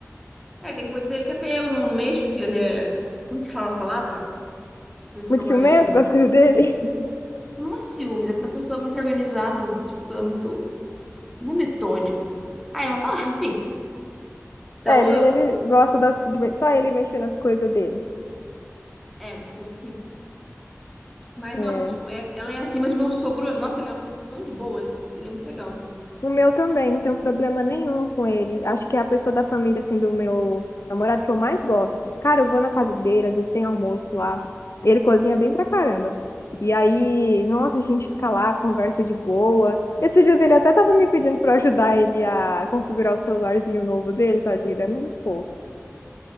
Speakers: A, in the centre; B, on the left.
A: É, tem coisa dele que até eu não mexo, que ele é. Como que fala a palavra? A Pessoa
B: Muito ciumento
A: é.
B: com as coisas dele. <laughs>
A: Não é ciúmes, é quando a pessoa é muito organizada. Tipo, quando é muito. Não é metódico. Ah, é uma palavra, <laughs> enfim. Então
B: É, ele,
A: eu
B: ele
A: não.
B: gosta das, de me- só ele mexer nas coisas dele.
A: É, umas coisas assim. Mas,
B: É,
A: nossa, tipo, é... ela é assim, mas meu sogro. Nossa, ele é uma... pessoa tão de boa, ele... ele é muito legal, assim.
B: O meu também, não tenho problema nenhum com ele. Acho que é a pessoa da família, assim, do meu namorado que eu mais gosto. Cara, eu vou na casa dele, às vezes tem almoço lá. Ele cozinha bem pra caramba. E aí, nossa, a gente fica lá, conversa de boa. Esses dias ele até tava me pedindo pra eu ajudar ele a configurar o celularzinho novo dele, tadinho, ele é muito fofo.